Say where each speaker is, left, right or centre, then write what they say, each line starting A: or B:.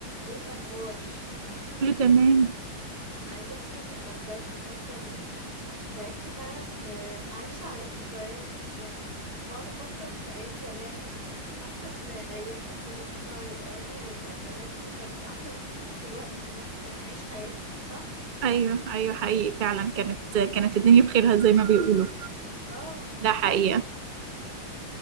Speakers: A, on the right; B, on the right.
A: ايه الاخبار
B: كله تمام
A: عايزه اقول لك انا بجد حاسه اني تعبت فعلا آه، عايشه على الذكريات يعني بقعد افكر في ايام زمان حاسه ان ايام طفولتنا والايام بتاعت زمان دي كانت احلى بكتير من دلوقتي الواحد كان عايش حياته صح
B: ايوه ايوه حقيقي فعلا كانت كانت الدنيا بخيرها زي ما بيقولوا
A: اه
B: ده حقيقة